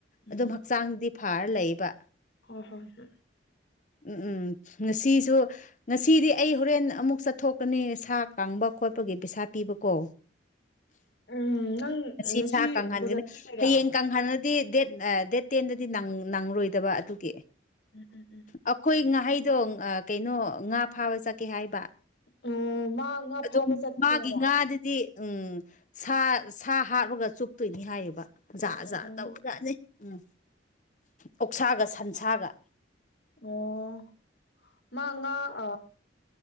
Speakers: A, on the left; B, on the left.
A: ꯎꯝ
B: ꯑꯗꯨꯝ ꯍꯛꯆꯥꯡꯗꯨꯗꯤ ꯐꯔ ꯂꯩꯕ
A: ꯍꯣꯏ ꯍꯣꯏ ꯍꯨꯡ
B: ꯎꯝ ꯎꯝ ꯉꯁꯤꯁꯨ ꯉꯁꯤꯗꯤ ꯑꯩ ꯍꯣꯔꯦꯟ ꯑꯃꯨꯛ ꯆꯠꯊꯣꯛꯀꯅꯤ ꯁꯥ ꯀꯥꯡꯕ ꯈꯣꯠꯄꯒꯤ ꯄꯩꯁꯥ ꯄꯤꯕꯀꯣ
A: ꯎꯝ ꯅꯪ
B: ꯉꯁꯤ ꯁꯥ ꯀꯪꯍꯟꯒꯅꯤ
A: ꯕꯖꯥꯔ ꯆꯠꯇꯣꯏꯔꯥ
B: ꯍꯌꯦꯡ ꯀꯪꯍꯥꯟ ꯗꯤ ꯗꯦꯠ ꯗꯦꯠ ꯇꯦꯟꯗꯗꯤ ꯅꯪꯔꯣꯏꯗꯕ ꯑꯗꯨꯒꯤ
A: ꯎꯝ ꯎꯝ ꯎꯝ
B: ꯑꯩꯈꯣꯏ ꯉꯥꯍꯩꯗꯣ ꯀꯩꯅꯣ ꯉꯥ ꯐꯥꯕ ꯆꯠꯀꯦ ꯍꯥꯏꯕ
A: ꯑꯣ ꯃꯥ ꯉꯥ
B: ꯑꯗꯨꯝ
A: ꯐꯥꯕ ꯆꯠꯀꯦꯕ
B: ꯃꯥꯒꯤ ꯉꯥꯗꯨꯗꯤ ꯎꯝ ꯁꯥ ꯁꯥ ꯍꯥꯠꯂꯒ ꯆꯨꯞꯇꯣꯏꯅꯤ ꯍꯥꯏꯌꯦꯕ ꯖꯥꯠ
A: ꯎꯝ ꯎꯝ
B: ꯖꯥꯠ
A: ꯎꯝ
B: ꯇꯧꯔꯖꯅꯤ ꯎꯝ ꯑꯣꯛꯁꯥꯒ ꯁꯥꯟꯁꯥꯒ
A: ꯑꯣ ꯃꯥ ꯉꯥ ꯑ